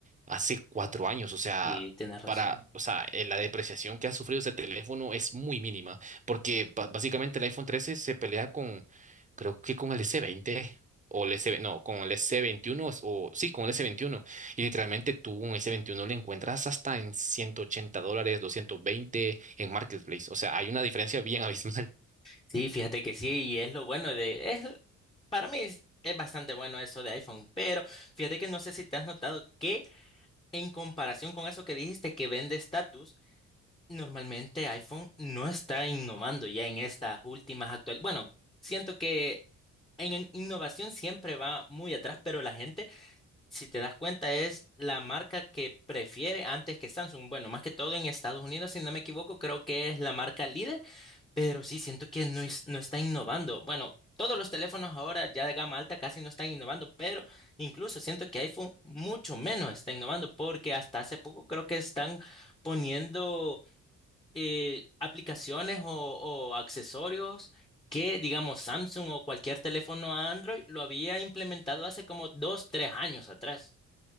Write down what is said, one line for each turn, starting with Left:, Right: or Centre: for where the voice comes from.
Right: hace cuatro años. O sea,
Left: Sí, tienes razón.
Right: para, o sea, eh, la depreciación que ha sufrido ese teléfono es muy mínima. Porque ba- básicamente el iPhone 13 se pelea con, creo que con el S20 o el S, no, con el S21 o sí, con el S21. Y literalmente tú un S21 lo encuentras hasta en 180 dólares, 220 en Marketplace. O sea, hay una diferencia bien abismal.
Left: Sí, fíjate que sí, y es lo bueno de, es, para mí es, es bastante bueno eso de iPhone, pero fíjate que no sé si te has notado que en comparación con eso que dijiste que vende estatus, normalmente iPhone no está innovando ya en estas últimas actuales. Bueno, siento que en en innovación siempre va muy atrás, pero la gente, si te das cuenta, es la marca que prefiere antes que Samsung. Bueno, más que todo en Estados Unidos, si no me equivoco, creo que es la marca líder Pero sí, siento que no, es- no está innovando. Bueno, todos los teléfonos ahora ya de gama alta casi no están innovando, pero incluso siento que iPhone mucho menos está innovando porque hasta hace poco creo que están poniendo eh, aplicaciones o, o accesorios que, digamos, Samsung o cualquier teléfono Android lo había implementado hace como dos, tres años atrás.